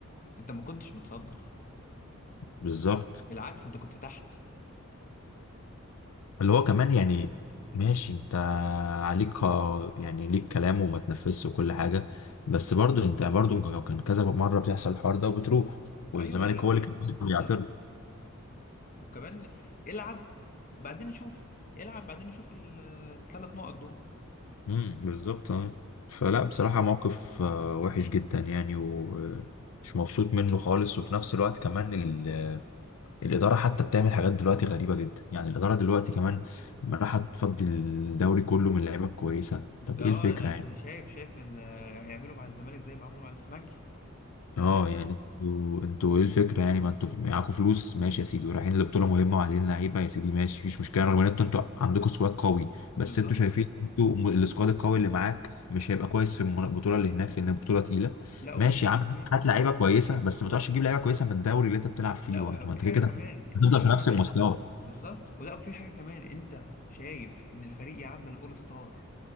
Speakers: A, on the left; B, on the left.
A: انت ما كنتش متصدر
B: بالظبط
A: بالعكس انت كنت تحت
B: اللي هو كمان يعني ماشي انت عليك قا- يعني ليك كلام وما تنفذش وكل حاجة بس برضو انت برضو كان كان كذا مرة بيحصل الحوار ده وبتروح والزمالك
A: ايوه لا
B: هو اللي كان
A: بالظبط
B: بيعترض
A: وكمان العب بعدين نشوف العب بعدين نشوف الثلاث نقط دول
B: امم بالظبط اه فلا بصراحة موقف آه، وحش جدا يعني ومش مبسوط منه خالص وفي نفس الوقت كمان ال- الإدارة حتى بتعمل حاجات دلوقتي غريبة جدا يعني الإدارة دلوقتي كمان راح تفضي الدوري كله من لعيبة كويسة
A: انت-
B: طب
A: اه
B: ايه الفكرة
A: انا
B: يعني
A: انا شايف شايف ال- هيعملوا مع الزمالك زي ما عملوا مع الاسماعيلي زمان
B: اه يعني انتوا انتوا ايه الفكره يعني ما انتوا معاكوا فلوس ماشي يا سيدي ورايحين لبطوله مهمه وعايزين لعيبه يا سيدي ماشي مفيش مشكله رغم ان انتوا انتوا عندكوا سكواد قوي بس
A: بالظبط
B: انتوا شايفين انتوا م- السكواد القوي اللي معاك مش هيبقى كويس في المنا- البطوله اللي هناك لان البطوله تقيله
A: لا وفي
B: ماشي
A: حاجه
B: يا عم
A: كمان
B: هات لعيبه كويسه بس ما تقعدش تجيب لعيبه كويسه من الدوري اللي انت بتلعب فيه
A: لا
B: برضه
A: وح- وفي
B: ما انت
A: حاجه
B: كده كده
A: كمان
B: هتفضل
A: في حاجه
B: في
A: كمان
B: نفس المستوى
A: بالظبط ولا وفي حاجه كمان انت شايف ان الفريق يعمل اول ستار